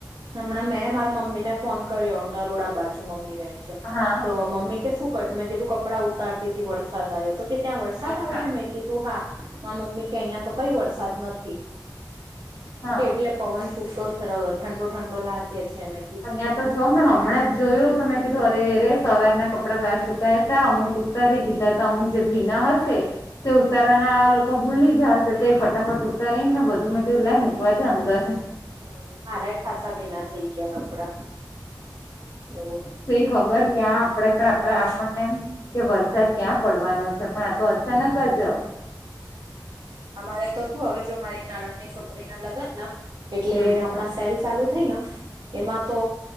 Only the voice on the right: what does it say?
હમણાં મેં મારા મમ્મી ને ફોન કર્યો નરોડા બાજુ મમ્મી રહે છે.
તો મમ્મી કે શું કરશે મેં કીધું કપડાં ઉતારતી હતી વરસાદ આવ્યો તે. તો કે ત્યાં વરસાદ
આવે છે મેં કીધું હા મા મમ્મી કે અહીં તો કઈ વરસાદ નથી
કે એટલે પવન છૂટો ઠંડો ઠંડો લાગે છે મે
હમ્મ, મારા ખાસા ભીના થઇ ગયા કપડા. એવું
આપડે
અમારે તો શું હવે જો મારી નાણંદ ની છોક કરી ના લગન એટલે
હમણાં સેલ ચાલુ થઈને એમાં તો